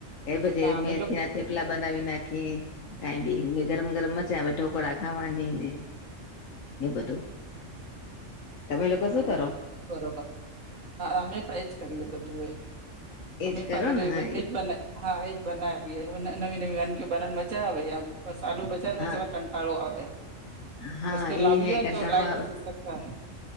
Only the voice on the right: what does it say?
હા અમે
લોકો
હા
હા બરાબર હા અમે પણ એ જ કરીએ બધું એ
અમે
પણ બધું
એજ બનાય હા એજ બનાવી નવી નવી વાનગીઓ બનાવવા મજા આવે આમ બસ સાલુ બજાર માં
જવાનો કંટાળો આવે
વસ્તુ
લાવી
હો
ને તો લાવ
નથી સક <inaudible>